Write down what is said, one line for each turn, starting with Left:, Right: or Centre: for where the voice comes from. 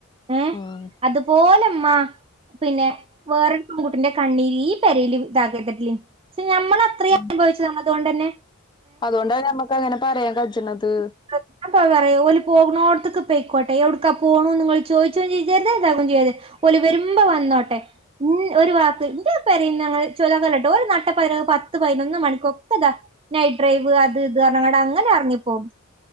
Right: ഏ
Left: ഉം
Right: അതുപോലമ്മ പിന്നെ വേറൊരു പെൺകുട്ടിന്റെ കണ്ണീര് ഈ പേരേൽും ഇതാ ക്ക ണ്ടതില്ല പക്ഷ നമ്മള
Left: ഉം
Right: തന്നതോണ്ട്ന്നെ
Left: അതോണ്ടാണ്മ്മക്ക് അങ്ങനെ പറയാം പറ്റണത്
Right: <unintelligible> പറയഓല് പോണോർത്തക്ക് പോയിക്കോട്ടെ എവിടുക്കാ പോണു ങ്ങൾ ചോയ്ച്ചും ചെയ്യരുത് ഇക്കും ഇതാകും ചെയ്യരുത് ഓല് വരുമ്പോ വന്നോട്ടെ ഉം ഒരു വാക്ക് ൻ്റെ പെരെന്നങ്ങനെ ച്ചാലോറിയ ഒരു നട്ടപാതിരക്ക് പത്ത് പതിനൊന്ന് മണിക്കൊക്കെതാ നൈഡ്രൈവ് അത് ഇത് അങ്ങനെ എറങ്ങിപ്പോവും